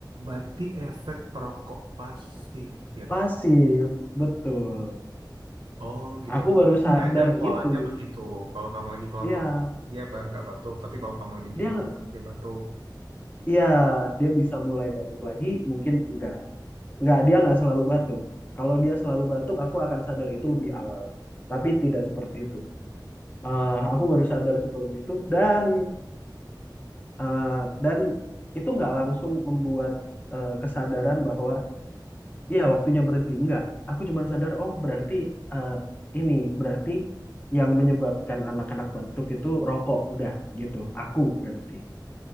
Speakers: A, on the right (about 85°); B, on the left (about 20°).
A: berarti efek perokok pasif ya
B: Pasif,
A: nggak?
B: betul.
A: Oh gitu.
B: Aku
A: Berarti
B: baru
A: Kamu
B: sadar
A: nyadar polanya
B: itu.
A: begitu. Kalau kamu lagi keluar
B: Ya,
A: kota dia ba- nggak batuk, tapi kalau kamu lagi
B: dia
A: di rumah dia batuk.
B: ya dia bisa mulai batuk lagi, mungkin enggak. Nggak, dia nggak selalu batuk. Kalau dia selalu batuk, aku akan sadar itu lebih awal. Tapi tidak seperti itu. Eh, aku baru sadar seperti itu dan eh, dan itu nggak langsung membuat eh, kesadaran bahwa iya waktunya berhenti. Nggak. Aku cuma sadar, oh berarti eh, ini berarti yang menyebabkan anak-anak batuk itu rokok. Udah gitu. Aku berarti